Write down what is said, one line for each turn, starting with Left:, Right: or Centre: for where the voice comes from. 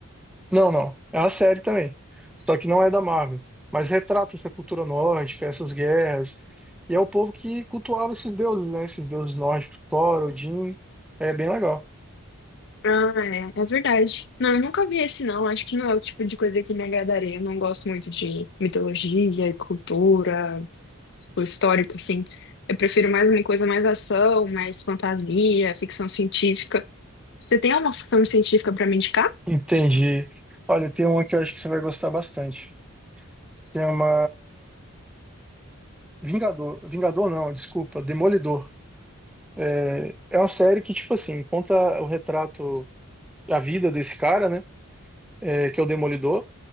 Centre: Não, não. É a série também. Só que não é da Marvel. Mas retrata essa cultura nórdica, essas guerras. E é o povo que cultuava esses deuses, né? Esses deuses nórdicos, Thor, Odin. É bem legal.
Left: Ah, é, é verdade. Não, eu nunca vi esse, não. Acho que não é o tipo de coisa que me agradaria. Eu não gosto muito de mitologia e cultura, tipo, histórica, assim. Eu prefiro mais uma coisa mais ação, mais fantasia, ficção científica. Você tem alguma ficção científica pra me indicar?
Centre: Entendi. Olha, tem uma que eu acho que você vai gostar bastante. Se Chama Vingador. Vingador não, desculpa, Demolidor. É, é uma série que, tipo assim, conta o retrato, a vida desse cara, né? É, que é o Demolidor.